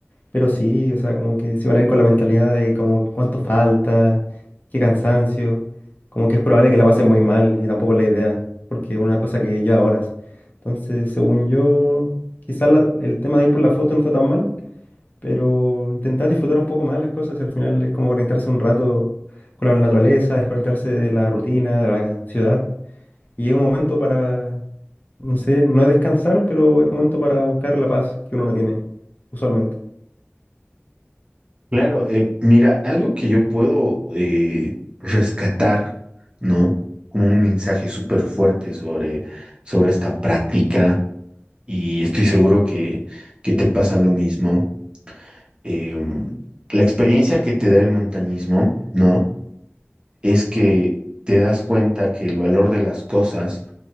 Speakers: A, on the left; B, on the right.
A: Pero sí, o sea, como que se van a ir con la mentalidad de como cuánto falta, qué cansancio, como que es probable que la pasen muy mal y tampoco es la idea, porque es una cosa que lleva horas. Entonces, según yo, quizás la- el tema de ir por la foto no está tan mal, pero intentar disfrutar un poco más las cosas y al final es como conectarse un rato con la naturaleza, desconectarse de la rutina, de la ciudad. Y es un momento para, no sé, no es descansar, pero es momento para buscar la paz que uno no tiene, usualmente.
B: Claro, eh, mira, algo que yo puedo eh, rescatar, ¿no? Como un mensaje súper fuerte sobre, sobre esta práctica, y estoy seguro que, que te pasa lo mismo. em, la experiencia que te da el montañismo, ¿no? es que te das cuenta que el valor de las cosas